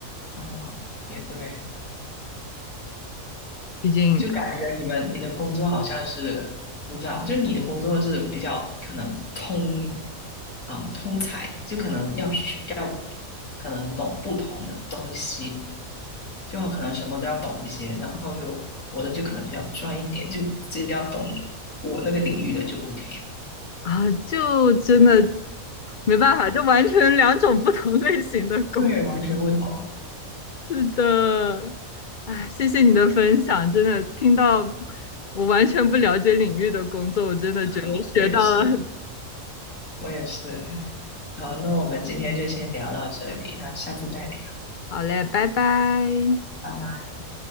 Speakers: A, on the left; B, on the left.
A: 啊，也对。
B: 毕竟
A: 就感觉你们你的工作好像是我不知道，就你的工作是比较可能通，嗯，通才，就可能要学要可能懂不同的东西，就好，可能什么都要懂一些，然后就我的就可能比较专一点，就只要懂我那个领域的就 OK。
B: 啊，就真的没办法，就完全两种不同类型的工。
A: 对，完全不同，
B: 是的，哎，谢谢你的分享，真的听到我完全不了解领域的工作，我真的觉得学到了很。
A: 我也是，我也是。好，那我们今天就先聊到这里，那下次再聊，
B: 好嘞，拜拜。
A: 拜拜。